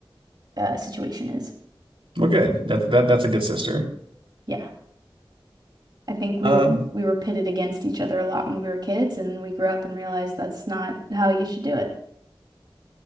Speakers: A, on the right; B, on the right.
A: uh, situation is."
B: Well, good. That's that that's a good sister.
A: Yeah. I think we
B: Um,
A: were we were pitted against each other a lot when we were kids and we grew up and realized that's not how you should do it.